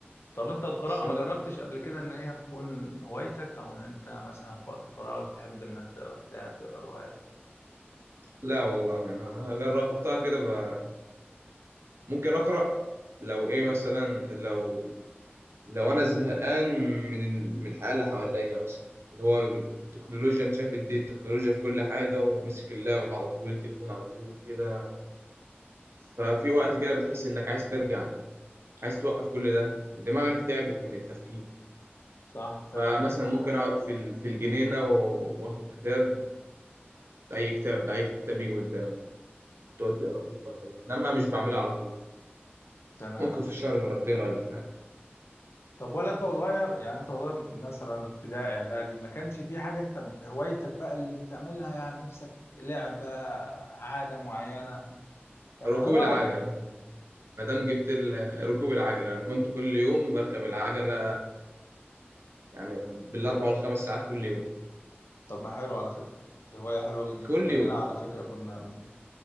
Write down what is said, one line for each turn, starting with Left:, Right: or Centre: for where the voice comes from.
Left: طب انت القراءة
Right: بس ما-
Left: ما جربتش قبل كده ان هي تكون هوايتك او ان انت مثلا في وقت فراغك تحب انك تقرا كتاب تقرا رواية
Right: لا والله انا جربتها كده بقى ممكن اقرا لو ايه مثلا لو لو انا زهقان من ال- من الحياه اللي حواليا مثلا اللي هو التكنولوجيا انت شايف دي التكنولوجيا في كل حاجه وماسك اللاب على طول التليفون على طول كده ففي وقت كده بتحس انك عايز ترجع عايز توقف كل ده دماغك تعبت من التفكير
Left: صح فعلا
Right: فمثلا ممكن اقعد في ال- في الجنينه و- واخد كتاب اي كتاب اي كتاب يجي قدامي تقعد تقرا فيه شويه انما مش بعملها على طول
Left: تمام
Right: ممكن في الشهر مرتين ولا حاجه
Left: طب ولا انت وصغير يعني انت وصغير مثلا ابتدائي اعدادي ما كانش في حاجه انت ب- هوايتك بقى اللي بتعملها يعني نفسك لعبه عاده معينه تم
Right: ركوب
Left: هوايه
Right: العجل ما دام جبت ال- ركوب العجل انا كنت كل يوم بركب العجله يعني بالاربع والخمس ساعات كل يوم
Left: طب ما حلو على فكره دي هوايه حلوه جدا
Right: كل
Left: كلنا
Right: يوم
Left: على فكره كنا م-